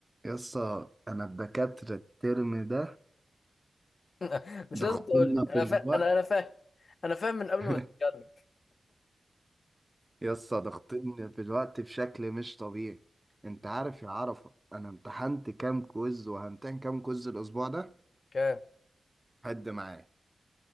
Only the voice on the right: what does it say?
يسا انا الدكاترة الترم ده
ضغطنا
في
الوقت
<laughs>
يسا ضغطنا في الوقت بشكل مش طبيعي انت عارف يا عرفة انا امتحنت كام كويز وهمتحن كام كويز الاسبوع ده
حد معايا